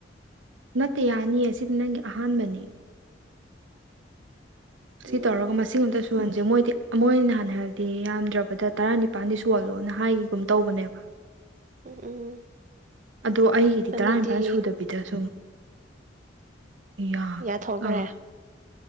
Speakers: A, on the right (about 75°); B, on the right (about 40°).
A: ꯅꯠꯇ ꯌꯥꯅꯤ ꯑꯁꯤꯗꯤ ꯅꯪꯒꯤ ꯑꯍꯥꯟꯕꯅꯤ ꯁꯤ
B: ꯎꯝ
A: ꯇꯧꯔꯒ ꯃꯁꯤꯡꯒꯝꯇ ꯁꯨꯣꯟꯁꯦ ꯃꯣꯏꯗꯤ ꯃꯣꯏ ꯅꯍꯥꯟ ꯍꯥꯏꯕꯗꯤ ꯌꯥꯝꯗ꯭ꯔꯕꯗ ꯇꯔꯥꯅꯤꯄꯥꯜꯗꯤ ꯁꯣꯍꯜꯂꯣꯅ ꯍꯥꯏꯒꯒꯨꯝ ꯇꯧꯕꯅꯦꯕ
B: ꯎꯝ ꯎꯝ
A: ꯑꯗꯣ ꯑꯩꯒꯤꯗꯤ
B: ꯑꯗꯨꯗꯤ
A: ꯇꯔꯥꯅꯤꯄꯥꯜ ꯁꯨꯗꯕꯤꯗ ꯁꯨꯝ ꯌꯥꯔ
B: ꯌꯥꯊꯣꯛꯈ꯭ꯔꯦ
A: ꯑꯥ